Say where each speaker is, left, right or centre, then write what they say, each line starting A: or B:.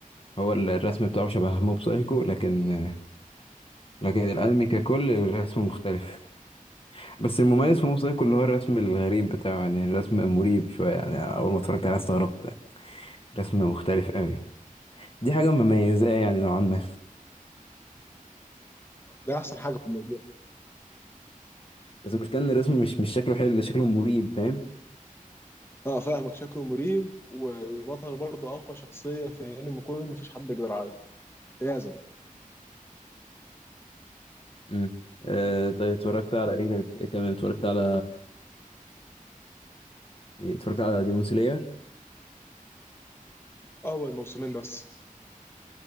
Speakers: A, on the left (about 40°); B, on the left (about 15°).
A: هو الرسم بتاعه شبه موب سايكو لكن لكن الانمي ككل الرسم مختلف بس المميز في موب سايكو اللي هو الرسم الغريب بتاعه يعني الرسم مريب شويه يعني اول ما اتفرجت عليه استغربت رسم مختلف قوي دي حاجه مميزاه يعني نوعا ما
B: ده احسن حاجه في الموضوع
A: بس المشكله ان الرسم مش مش شكله حلو شكله مريب فاهم
B: اه فاهمك شكله مريب والبطل برضه اقوى شخصيه في انمي كله مفيش حد يقدر عليه لازم
A: امم آه طيب اتفرجت على ايه تاني؟ إيه كمان اتفرجت على إيه، اتفرجت على ديمون سلاير
B: اول موسمين بس